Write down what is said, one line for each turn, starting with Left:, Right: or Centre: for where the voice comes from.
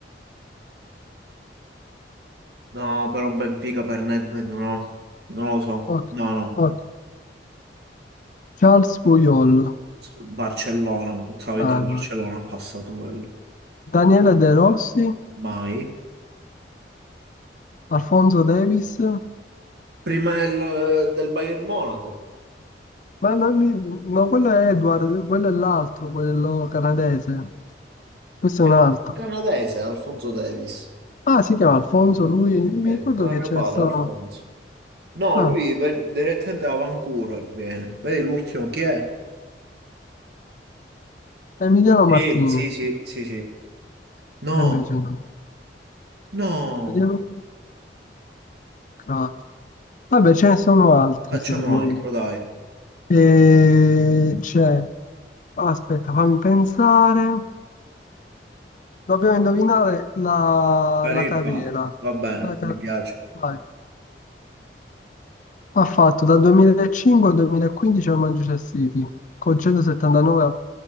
Right: No, però Benfica per Nedved no. Non lo so.
Left: Ok,
Right: No, no.
Left: ok. Charles Puyol,
Right: S- Barcellona, tutta la vita
Left: Ah,
Right: al Barcellona
Left: no.
Right: ha passato quello.
Left: Daniele De Rossi,
Right: Mai.
Left: Alfonso Davis,
Right: Prima del, del Bayern Monaco.
Left: ma non mi... no, quello è Edward, quello è l'altro, quello canadese. Questo
Right: Eh,
Left: è un altro.
Right: canadese, Alfonso Davis.
Left: Ah, si chiama Alfonso, lui, mi
Right: Eh,
Left: ricordo
Right: come
Left: che
Right: mio
Left: c'è
Right: padre,
Left: stato...
Right: Alfonso. No,
Left: Ah,
Right: lui ven- direttamente da Vancouver viene. Vedi l'ultimo chi è?
Left: Emiliano
Right: Sì,
Left: Martinez,
Right: sì, sì, sì, sì. No,
Left: e invece no.
Right: no.
Left: Emiliano- Ah. Vabbè, ce ne sono altri
Right: Facciamo
Left: se vuoi.
Right: un altro, dai.
Left: E c'è, aspetta, fammi pensare. Dobbiamo indovinare la,
Right: Career
Left: la carriera.
Right: path, va bene,
Left: La ca-
Right: mi piace.
Left: vai. Ha fatto dal 2005 al 2015 a Manchester City, con 179,